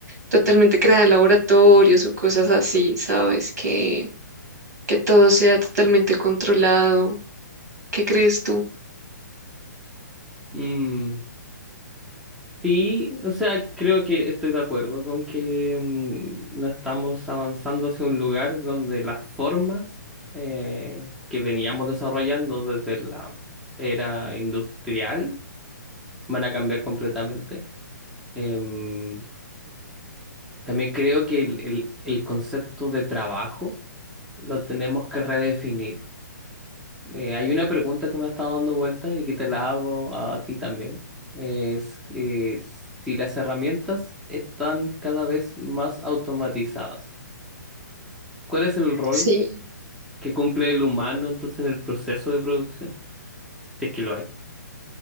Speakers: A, on the right; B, in the centre.
A: totalmente creada en laboratorios o cosas así, ¿sabes? Que, que todo sea totalmente controlado. ¿Qué crees tú?
B: Mm, sí, o sea, creo que estoy de acuerdo con que mm, no estamos avanzando hacia un lugar donde las formas eh, que veníamos desarrollando desde la era industrial van a cambiar completamente. Em, también creo que el, el el concepto de trabajo lo tenemos que redefinir. Eh, hay una pregunta que me ha estado dando vuelta y que te la hago a, ti también. Es que si las herramientas están cada vez más automatizadas, ¿cuál es el rol
A: Sí.
B: que cumple el humano entonces en el proceso de producción? Si es que lo hay.